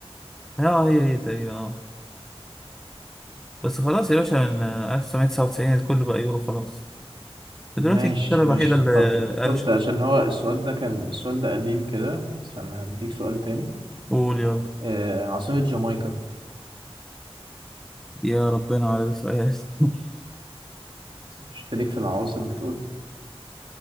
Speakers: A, in the centre; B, on the right.
A: اه هي هي تقريبا اه بس خلاص يا باشا من 1999 الكل بقى يورو خلاص دلوقتي
B: ماشي
A: انجلترا الوحيدة
B: ماشي
A: اللي
B: طب خد
A: قلشت
B: ده، عشان هو السؤال ده كان السؤال ده قديم كده استنى هديك سؤال تاني
A: قول يلا
B: آه، عاصمة جامايكا
A: يا ربنا على سؤال <laughs>
B: اشتريك في العواصم بتقول